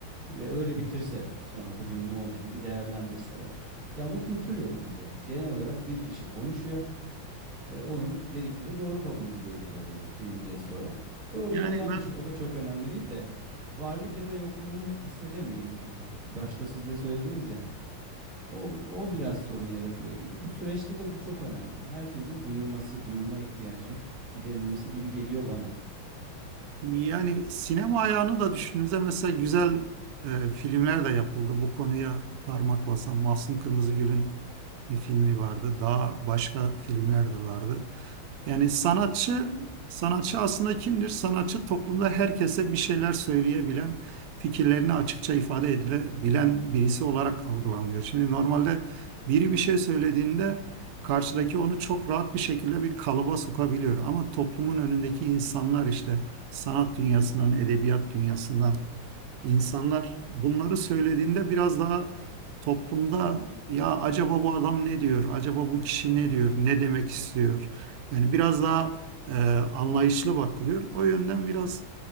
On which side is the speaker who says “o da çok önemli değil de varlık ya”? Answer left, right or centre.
Right